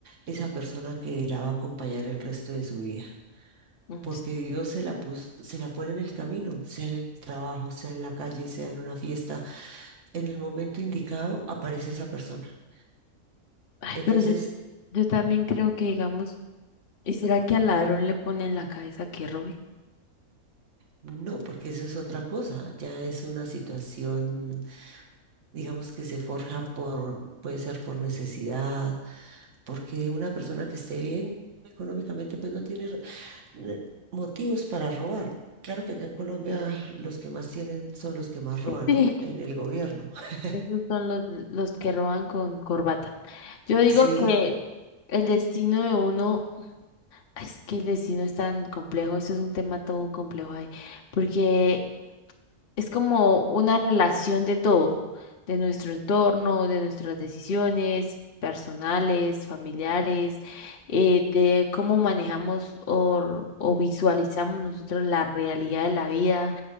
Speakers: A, on the right; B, on the left.
A: esa persona que la va a acompañar el resto de su vida.
B: mm,
A: Porque
B: s-
A: Dios se la puso, se la pone en el camino, sea en el trabajo, sea en la calle, sea en una fiesta. En el momento indicado aparece esa persona.
B: Ay,
A: Entonces,
B: pero yo, yo también creo que, digamos, ¿y será que al ladrón le pone en la cabeza que robe?
A: no, porque eso es otra cosa. Ya es una situación, digamos, que se forja por, puede ser por necesidad, porque una persona que esté bien económicamente, pues no tiene eh, motivos para robar. Claro que acá en Colombia los que más tienen son los que más roban,
B: Sí.
A: ¿no? En el gobierno. <laughs>
B: <laughs> Esos son los, los que roban con corbata. Yo digo
A: Sí,
B: que el destino de uno, es que el destino es tan complejo, eso es un tema todo complejo ahí, porque es como una relación de todo, de nuestro entorno, de nuestras decisiones personales, familiares, eh, de cómo manejamos o, o visualizamos nosotros la realidad de la vida.